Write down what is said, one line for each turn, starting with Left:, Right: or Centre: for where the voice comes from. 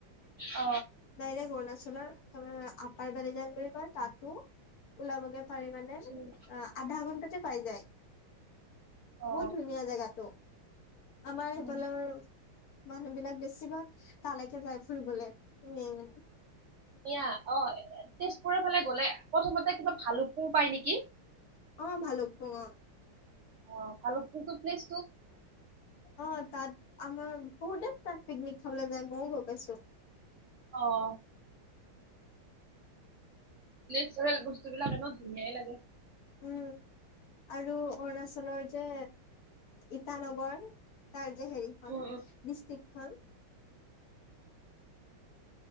Right: অ
Left: ডাইৰেক্ট অৰুণাচলৰ পৰা আপাৰ বেলি যাম বুলি কয় তাত। ত ' উলালুদে। পাৰি মানে
Right: উম,
Left: আধা ঘন্টাতে পাই যায়
Right: অ
Left: বহুত ধুনীয়া জেগাটো আমাৰ সেইফালৰ
Right: উম
Left: মানুহ বিলাক, <unintelligible> বেছিভাগ তালৈকে যায় ফুৰিবলে। এনেই মানে
Right: এয়া অ' তেজ, <unintelligible> পুৰৰফালে গলে প্ৰথমতে কিবা ভালুুকপুং পায় নেকি?
Left: অহ' ভালুকপুং অহ',
Right: অহ, ভালুকপুংটো প্লিছ,
Left: অহ, 'তাত আমাৰ বহু দ, <unintelligible> পিকনিক খাবলৈ যে মইও গৈ পাইছো।
Right: অ', নেচাৰেল বস্তু <unintelligible> ধুনীয়াই লাগে
Left: উম 'আৰু অৰুণাচলৰ যে, ইটানগৰ তাৰে হেৰিখন
Right: উম
Left: ডিষ্টিক খন।